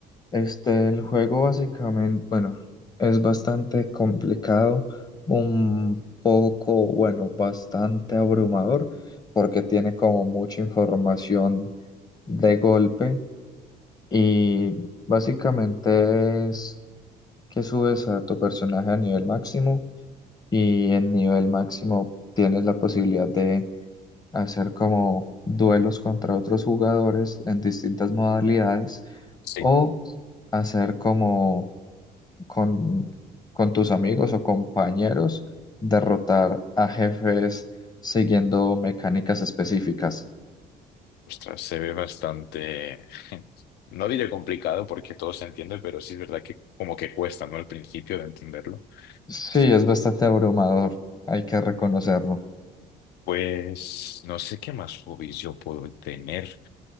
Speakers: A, on the left; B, on the left.
A: Este, el juego básicamente, bueno, es bastante complicado, un poco, bueno, bastante abrumador, porque tiene como mucha información de golpe y básicamente es que subes a tu personaje a nivel máximo y en nivel máximo tienes la posibilidad de hacer como duelos contra otros jugadores en distintas modalidades
B: Sí.
A: o hacer como con, con tus amigos o compañeros derrotar a jefes siguiendo mecánicas específicas.
B: Ostras, se ve bastante... <laughs> No diré complicado porque todo se entiende, pero sí es verdad que como que cuesta, ¿no? Al principio de entenderlo.
A: Sí,
B: <laughs>
A: es bastante abrumador, hay que reconocerlo.
B: Pues no sé qué más hobbies yo puedo tener.